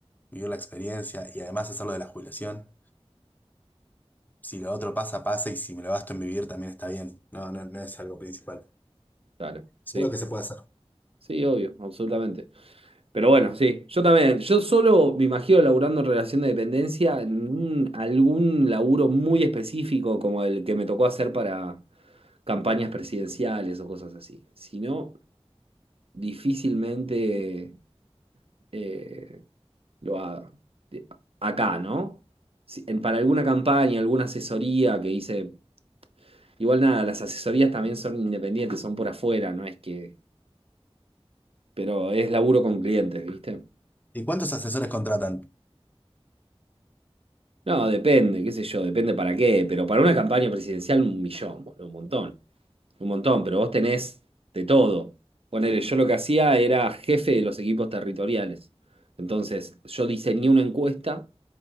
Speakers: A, on the left; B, on the right.
A: vivir la experiencia y además hacerlo de la jubilación. Si lo otro pasa, pasa, y si me lo gasto en vivir también está bien. No, no, no es algo principal.
B: claro.
A: Solo
B: Sí,
A: que se puede hacer.
B: sí, obvio, absolutamente. Pero bueno, sí, yo también. Yo solo me imagino laburando en relación de dependencia en un- algún laburo muy específico como el que me tocó hacer para campañas presidenciales o cosas así. Si no, difícilmente eh, lo haga. De- Acá, ¿no? Si- en- para alguna campaña, alguna asesoría que hice. Igual nada, las asesorías también son independientes, son por afuera, no es que. Pero es laburo con clientes, ¿viste?
A: ¿Y cuántos asesores contratan?
B: No, depende, qué sé yo, depende para qué. Pero para una campaña presidencial, un millón, boludo, un montón. Un montón, pero vos tenés de todo. Ponele, yo lo que hacía era jefe de los equipos territoriales. Entonces, yo diseñé una encuesta